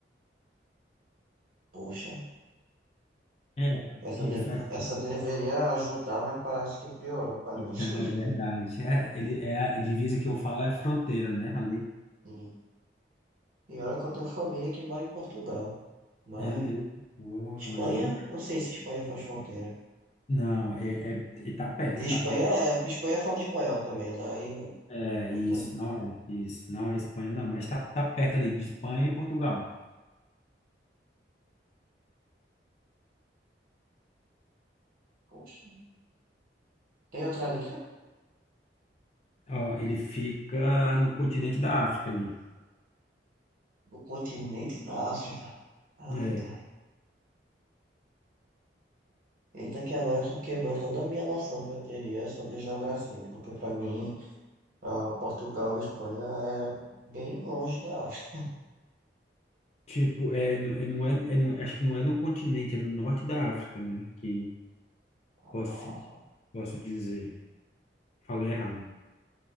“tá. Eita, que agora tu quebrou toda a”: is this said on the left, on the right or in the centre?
Right